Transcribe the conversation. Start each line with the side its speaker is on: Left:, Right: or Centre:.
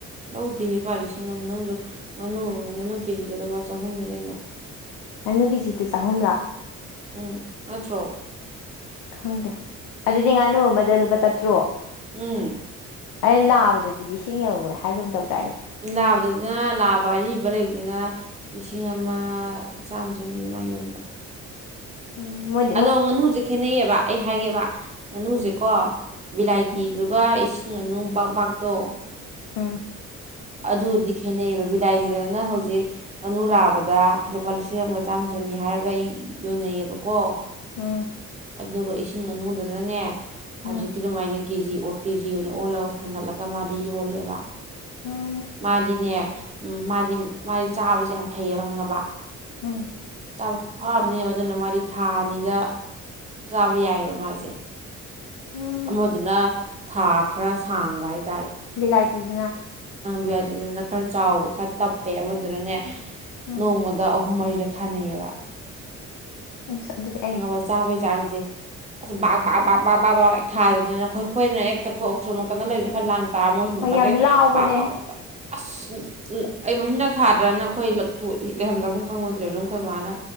Right: ꯂꯧꯗꯦꯍꯦꯛꯀꯥ ꯂꯤꯁꯤꯡ ꯑꯃ ꯅꯪꯁꯨ ꯉꯥꯅꯨ ꯉꯥꯅꯨ ꯀꯦꯖꯤꯁꯦ ꯂꯨꯄꯥ ꯆꯍꯨꯝꯅꯤ ꯀꯩꯅꯣ
Left: ꯉꯥꯅꯨ ꯀꯦꯖꯤꯗ ꯆꯥꯍꯨꯝꯔꯥ
Right: ꯎꯝ ꯅꯠꯇ꯭ꯔꯣ
Left: ꯈꯪꯗꯦ ꯑꯗꯨꯗꯤ ꯉꯥꯅꯨ ꯑꯃꯗ ꯂꯨꯄꯥ ꯆꯥꯇ꯭ꯔꯨꯛ
Right: ꯎꯝ
Left: ꯑꯩ ꯂꯥꯛꯑꯕꯗꯗꯤ ꯂꯤꯁꯤꯡ ꯌꯧꯒꯣꯏ ꯍꯥꯏꯒꯨꯝ ꯇꯧꯗꯥꯏꯅꯦ
Right: ꯂꯥꯕꯗꯨꯅ ꯂꯥꯑꯕ ꯑꯔꯤꯕ ꯂꯩꯕꯗꯨꯅ ꯂꯤꯁꯤꯡ ꯑꯃ ꯆꯥꯝꯃ ꯆꯅꯤꯗꯃꯥꯏ ꯌꯣꯟꯕ
Left: ꯎꯝ ꯃꯣꯏ
Right: ꯑꯗꯣ ꯉꯥꯅꯨꯁꯦ ꯈꯦꯠꯅꯩꯌꯦꯕ ꯑꯩ ꯍꯥꯏꯒꯦꯕ ꯉꯥꯅꯨꯁꯦꯀꯣ
Left: ꯎꯝ
Right: ꯕꯤꯂꯥꯏꯇꯤꯗꯨꯒ
Left: ꯎꯝ
Right: ꯏꯁꯤꯡ ꯉꯥꯅꯨ ꯕꯝꯕꯥꯛꯇꯣ
Left: ꯎꯝ
Right: ꯑꯗꯨꯗꯤ ꯈꯦꯠꯅꯩꯑꯕ ꯕꯤꯂꯥꯏꯔꯤꯗꯅ ꯍꯧꯖꯤꯛ ꯉꯥꯅꯨ ꯂꯥꯛꯕꯗ ꯂꯨꯄꯥ ꯂꯤꯁꯤꯡ ꯑꯃꯒ ꯆꯥꯝꯃ ꯆꯅꯤ ꯍꯥꯏꯔꯒ ꯌꯣꯟꯅꯩꯑꯕꯀꯣ
Left: ꯎꯝ
Right: ꯑꯗꯨꯒ ꯏꯁꯤꯡ ꯉꯥꯅꯨꯗꯨꯅꯅꯦ ꯍꯧꯖꯤꯛ
Left: ꯎꯝ
Right: ꯀ ꯑꯗꯨꯃꯥꯏꯅ ꯀꯦ ꯖꯤ ꯑꯣ ꯀꯦ ꯖꯤ ꯑꯣꯏꯅ ꯑꯣꯜꯂꯒ ꯊꯥꯡꯒꯠꯂꯒ ꯃꯥꯗꯤ ꯌꯣꯜꯂꯦꯕ
Left: ꯎꯝ
Right: ꯃꯥꯗꯤꯅꯦ ꯃꯥꯗꯤ ꯃꯥꯗꯤ ꯆꯥꯕꯁꯦ ꯌꯥꯝ ꯐꯩꯌꯦꯕ ꯈꯪꯉꯕ
Left: ꯎꯝ
Right: ꯆꯥꯕ ꯈꯨꯐꯝꯅꯦꯕ ꯑꯗꯨꯅ ꯃꯔꯤ ꯊꯥ ꯑꯅꯤꯗ ꯆꯥꯕ ꯌꯥꯏꯑꯕ ꯃꯥꯁꯦ
Left: ꯎꯝ
Right: ꯑꯃꯗꯨꯅ ꯊꯥ ꯈꯔ ꯁꯥꯡꯕ ꯍꯥꯏꯇꯥꯔꯦ
Left: ꯕꯤꯂꯥꯏꯇꯤꯁꯤꯅ
Right: ꯕꯤꯥꯏꯇꯗꯅ ꯈꯔ ꯆꯥꯎꯕ ꯈꯔ ꯇꯞꯄꯦ ꯑꯃꯗꯨꯅꯅꯦ
Left: ꯎꯝ
Right: ꯅꯣꯡꯃꯗ ꯑꯍꯨꯝ ꯃꯔꯤꯗ ꯊꯥꯅꯩꯌꯦꯕ
Left: ꯎꯝ ꯁꯥꯖꯗꯦ
Right: ꯈꯪꯉꯕ ꯆꯥꯕꯩ ꯆꯥꯡꯁꯦ ꯑꯁ ꯕꯥ ꯕꯥ ꯕꯥ ꯥꯛ ꯕꯥ ꯕꯥ ꯀꯦꯛ ꯊꯥꯗꯅꯤꯅ ꯑꯩꯣꯏ ꯈꯣꯏꯅ ꯍꯦꯛ ꯆꯠꯈꯣꯛ ꯁꯣ ꯀꯗ ꯂꯩꯕꯁꯨ ꯈꯔ ꯂꯥꯡ ꯇꯥꯔ ꯃꯣꯏ ꯁꯝ
Left: ꯍꯣꯏ
Right: ꯅꯥꯀꯥꯟꯗꯒꯤ
Left: ꯌꯥꯝ ꯂꯥꯎꯕꯅꯦ
Right: ꯕꯥꯥꯛꯕꯥꯕꯛꯇ ꯑꯁ ꯑꯩ ꯃꯁꯤ ꯅꯛ ꯊꯥꯗ꯭ꯔꯅꯈꯣꯏ ꯂꯩꯐꯝꯖꯐꯝ ꯈꯪꯉꯣꯏꯗ꯭ꯔꯔꯤꯕꯕꯅ ꯑꯩꯈꯣꯏ ꯃꯥꯅ